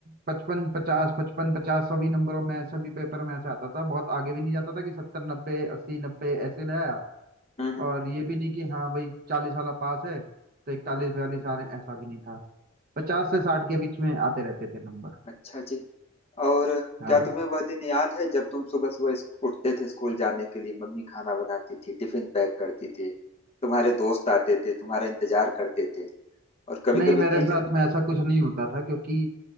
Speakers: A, on the right; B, on the left.
A: पचपन पचास पचपन पचास सभी नंबरों में सभी पेपर में ऐसे आता था बहुत आगे भी नहीं जाता था कि सत्तर नब्बे अस्सी नब्बे ऐसे ले आया
B: हम्म हम्म
A: और ये भी नहीं कि हाँ भाई चालीस वाला पास है तो इकतालीस बयालीस आ रहे हैं ऐसा भी नहीं था पचास से साठ के बीच में आते रहते थे नंबर
B: अच्छा जी और
A: हाँ
B: क्या तुम्हें वह दिन याद है जब तुम सुबह सुबह इस- उठते थे स्कूल जाने के लिए मम्मी खाना बनाती थी टिफिन पैक करती थी तुम्हारे दोस्त आते थे तुम्हारा इंतजार करते थे और कभी
A: नहीं
B: कभी
A: मेरे
B: टीचर
A: साथ में ऐसा कुछ नहीं होता था क्योंकि